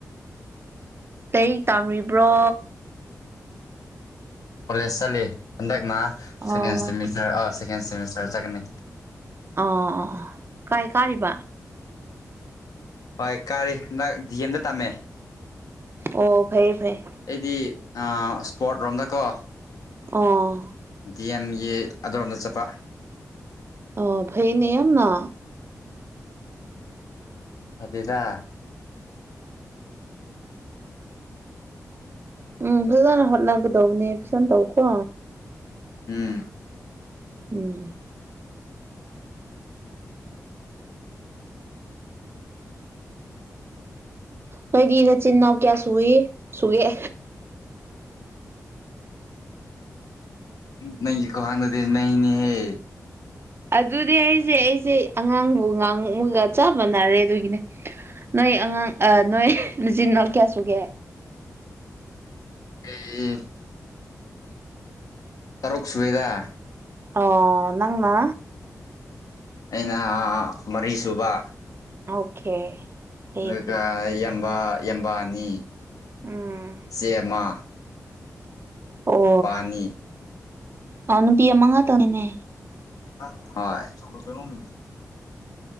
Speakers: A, on the right; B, on the left.
A: ꯂꯥꯏꯔꯤꯛ ꯇꯥꯝꯔꯤꯕ꯭ꯔꯣ
B: ꯀꯣꯂꯦꯖ ꯆꯠꯂꯤ ꯍꯟꯗꯛꯅ
A: ꯑꯣ
B: ꯁꯦꯀꯦꯁꯦꯃꯤꯁꯇꯔ ꯁꯦꯀꯦꯟ ꯁꯦꯃꯤꯁꯇꯔ ꯆꯠꯀꯅꯤ
A: ꯑꯣ ꯀꯥꯏ ꯀꯥꯔꯤꯕ
B: ꯍꯣꯏ ꯀꯥꯔꯤ ꯗꯛ ꯗꯤ ꯑꯦꯝꯗ ꯇꯝꯃꯦ
A: ꯑꯣ ꯐꯩ ꯐꯩ
B: ꯑꯩꯗꯤ ꯑꯥ ꯏꯁꯄꯣꯔꯠ ꯔꯣꯝꯗꯀꯣ
A: ꯑꯣ
B: ꯗꯤ ꯑꯦꯝꯒꯤ ꯑꯗꯣꯝꯗ ꯆꯠꯄ
A: ꯑꯣ ꯐꯩꯌꯦꯅꯦ ꯌꯥꯝꯅ
B: ꯐꯗꯦꯗ
A: ꯎꯝ ꯐꯖꯅ ꯍꯣꯠꯅꯒꯗꯧꯅꯦ ꯐꯖꯅ ꯇꯧꯀꯣ
B: ꯎꯝ
A: ꯎꯝ ꯃꯣꯏꯗꯤ ꯅꯆꯤꯟ ꯏꯅꯥꯎ ꯀꯌꯥ ꯁꯨꯌꯦ ꯁꯨꯏꯌꯦ
B: ꯅꯪꯒꯤ ꯈꯨꯍꯪꯗꯨꯗꯤ ꯅꯩꯅꯦꯍꯦ
A: ꯑꯗꯨꯅꯦ ꯍꯥꯏꯁꯦ ꯑꯩꯁꯦ ꯑꯉꯥꯡꯕꯨ ꯉꯥꯡꯃꯒ ꯆꯞ ꯃꯥꯟꯅꯔꯦ ꯑꯗꯨꯒꯤꯅꯦ ꯅꯣꯏ ꯑꯉꯥꯡ ꯑ ꯅꯣꯏ ꯅꯆꯤꯟ ꯅꯣꯎ ꯀꯌꯥ ꯁꯨꯒꯦ
B: <unintelligible> ꯇꯔꯨꯛ ꯁꯨꯋꯦꯗꯥ
A: ꯑꯣ ꯅꯪꯃ
B: ꯑꯩꯅ ꯃꯔꯤꯁꯨꯕ
A: ꯑꯣꯀꯦ ꯐꯩꯌꯦ
B: ꯑꯗꯨꯒ
A: ꯐꯩ
B: ꯌꯥꯝꯕꯥ ꯌꯥꯝꯕꯥꯅꯤ
A: ꯎꯝ
B: ꯆꯦꯃ
A: ꯑꯣ
B: ꯑꯅꯤ
A: ꯑ ꯅꯨꯄꯤ ꯑꯃ ꯉꯥꯇꯅꯤꯅꯦ
B: ꯍ ꯄꯃꯤ